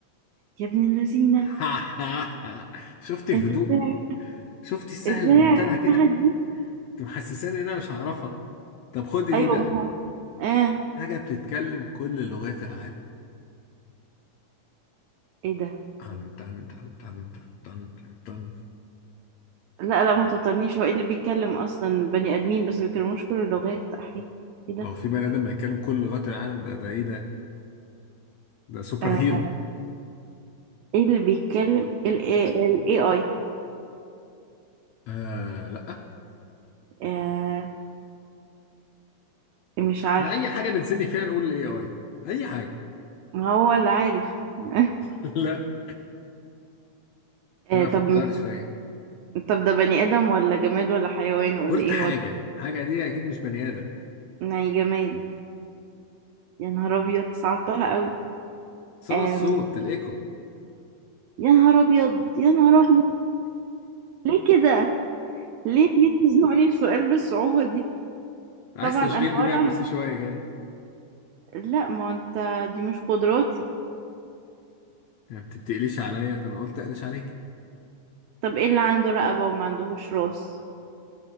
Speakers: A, on the right (about 80°); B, on the left (about 75°).
A: يا ابن اللذينة
B: <laughs> شفت الهدوء
A: انت ازاي
B: شفت السهل
A: ازاي
B: الممتنع
A: عرفتها
B: كده
A: دي
B: انت محسساني ان انا مش هعرفها طب خد دي
A: ايوه
B: بقى
A: ما هو اه
B: حاجة بتتكلم كل لغات العالم
A: ايه ده
B: تن تن تن تن تن تن تن تن
A: لا لا ما تطرنيش هو ايه اللي بيتكلم اصلا بني ادمين بس ما بيتكلموش كل اللغات احي ايه ده
B: هو في بني ادم بيتكلم كل لغات العالم ده ده ايه ده ده سوبر
A: آه
B: هيرو
A: ايه اللي بيتكلم ال ال AI
B: آه لا
A: آه مش
B: احنا
A: عارف
B: اي حاجة نتسني فيها نقول الاي اي اي حاجة
A: ما هو اللي عارف <laughs>
B: <laughs> لا
A: آه
B: انا
A: طب
B: فكرت شويه
A: طب ده بني ادم ولا جماد ولا حيوان ولا
B: قلت
A: ايه
B: حاجه
A: وضع
B: حاجه دي اكيد مش بني ادم
A: يعني جماد يا نهار ابيض صعبتها قوي
B: صدى
A: آم
B: الصوت الايكو <laughs>
A: يا نهار ابيض يا نهار ابيض ليه كده ليه ليه تزنقني في سؤال بالصعوبة دي
B: عايز
A: طبعا
B: تشغيل
A: انا
B: دماغ
A: ولا
B: بس شويه كده
A: لا ما انت دي مش قدراتي
B: يعني انت بتقليش عليا فانا قلت اقلش عليك
A: طب ايه اللي عنده رقبة وما عندهوش راس